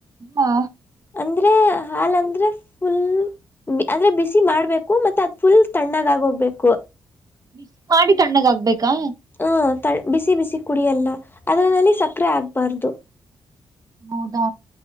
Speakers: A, on the right; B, on the left.
A: ಹಾ.
B: ಅಂದ್ರೆ ಹಾಲ ಅಂದ್ರೆ ಫುಲ್ ಅಂದ್ರೆ ಬಿಸಿ ಮಾಡ್ಬೇಕು ಮತ್ತೆ ಅದ್ ಫುಲ್ ತಣ್ಣಗ ಆಗೋಗ್ಬೇಕು.
A: ಬ ಮಾಡಿ ತಣ್ಣಗ ಆಗ್ಬೇಕಾ.
B: ಹ್ಞೂ ಬಿಸಿ ಬಿಸಿ ಕುಡಿಯಲ್ಲ ಅದ್ರಲ್ಲಿ ಸಕ್ಕರೆ ಆಗ್ಬಾರ್ದು.
A: ಹೌದಾ.